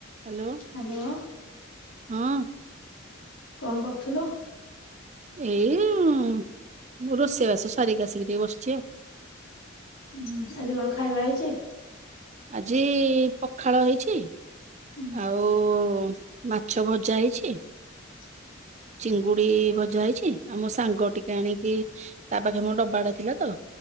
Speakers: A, on the right; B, on the left.
A: Hello.
B: Hello.
A: ହଁ।
B: କଣ କରୁଥୁଲୁ?
A: ଏଇ ଉଁ- ରୋଷେଇ ବାସ ସାରିକି ଆସିକି ଟିକେ ବସିଚି ଆଉ।
B: ଉଁ ଆଜି କଣ ଖାଇବା ହେଇଚି?
A: ଆଜି ପଖାଳ ହେଇଚି
B: ହୁଁ
A: ଆଉ ଉ ଉଁ ମାଛ ଭଜା ହେଇଛି
B: <inaudible>
A: ଚିଙ୍ଗୁଡି ଭଜା ହେଇଚି ଆଉ ମୋ ସାଙ୍ଗ ଟିକେ ଆଣିକି ତା ପାଖେ ମୋ ଡବାଟା ଥିଲା ତ